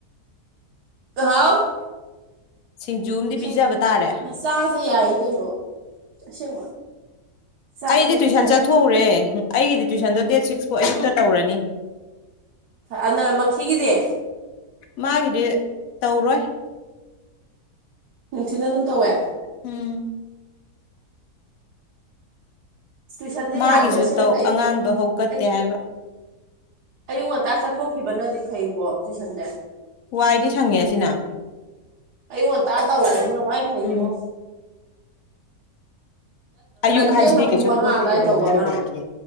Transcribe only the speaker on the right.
ꯍꯥꯎ
ꯁꯤ
ꯃꯆꯥꯁꯦ ꯌꯥꯏꯌꯦ ꯀꯩꯅꯣ ꯑꯁꯦꯡꯕ ꯆꯥꯁꯦ
ꯑꯗꯨꯝ
ꯐꯩ
ꯑ ꯅꯛ ꯃꯈꯤꯒꯤꯗꯤ
ꯅꯨꯡꯊꯤꯟꯗ ꯑꯗꯨꯝ ꯇꯧꯋꯦ
ꯇꯨꯏꯁꯟꯁꯦ
ꯌꯥꯔꯗꯤ ꯑꯁꯦꯡꯕꯗ
ꯑꯩ
ꯑꯩ
ꯑꯌꯨꯛ ꯉꯟꯇꯥ ꯆꯠꯊꯣꯛꯈꯤꯕꯅꯗꯤ ꯐꯩꯀꯣ ꯇꯨꯏꯁꯟꯁꯦ
ꯑꯌꯨꯛ ꯉꯟꯇꯥ ꯇꯧꯕꯁꯤꯅ ꯈ꯭ꯋꯥꯏ ꯐꯥꯏꯌꯦꯉꯣ
ꯊꯦꯡꯅ
ꯄꯨꯡ
ꯃꯉꯥ
ꯑꯗꯨꯋꯥꯏ
ꯇꯧꯕ ꯑꯃ